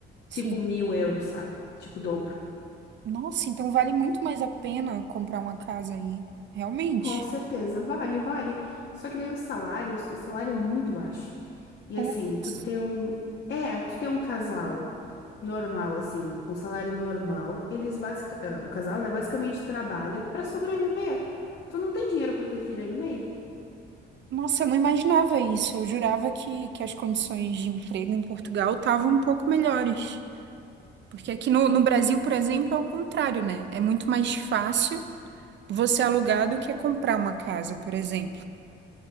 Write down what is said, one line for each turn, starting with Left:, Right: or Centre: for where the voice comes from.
Right: Sim.
Left: Tipo mil euros, sabe? Tipo o dobro.
Right: Nossa, então vale muito mais a pena comprar uma casa aí. Realmente.
Left: Com certeza, vale, vale. Só que daí os salários, o salário é muito baixo. E
Right: Putz.
Left: assim, tu ter um. É, tu ter um casal normal, assim, com salário normal, eles basic... ah, o casal, né, basicamente trabalha pra sobreviver. Tu não tem dinheiro pra ter filho aí no meio?
Right: Nossa, eu não imaginava isso. Eu jurava que, que as condições de emprego em Portugal estavam um pouco melhores. Porque aqui no, no Brasil, por exemplo, é o contrário, né? É muito mais fácil você alugar do que comprar uma casa, por exemplo.